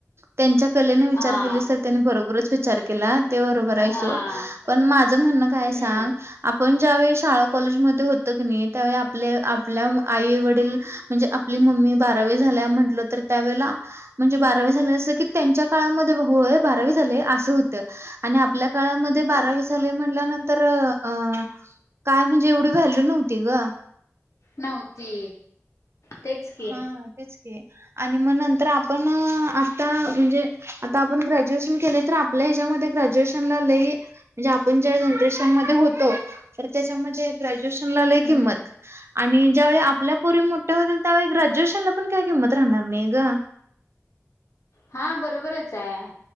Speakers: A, on the right; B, on the left.
A: त्यांच्या कलेने विचार
B: हा
A: केले तर त्यांनी बरोबरच विचार केला. ते बरोबर आहे
B: हा
A: सोड पण माझं म्हणणं काय हाय
B: हम्म
A: सांग आपण ज्यावेळी शाळा कॉलेजमध्ये होत की नाही त्यावेळी आपल्या आपल्या आई वडील म्हणजे आपली मम्मी बारावी झाल्या म्हटलो तर त्यावेळेला म्हणजे बारावी झाले असं की त्यांच्या काळामध्ये होय बारावी झाले असं होतं. आणि आपल्या काळामध्ये बारावी झाले म्हटल्यानंतर अ काय म्हणजे एवढी व्हॅल्यू नव्हती ग
B: नव्हती. तेच की
A: हा तेच की आणि मग नंतर आपण आता म्हणजे आता आपण ग्रॅज्युएशन केले तर आपल्या ह्याच्यामध्ये ग्र्ज्युएशनला लई म्हणजे आपण ज्या जनरेशन मधे होतो तर त्याच्यामध्ये ग्रॅज्युएशनला
B: हम्म
A: लय किंमत आणि ज्यावेळी आपल्या पोरी मोठ्या होतील त्यावेळी ग्रॅज्युएशन ला पण काय किंमत राहणार नाही गं
B: हा बरोबरचय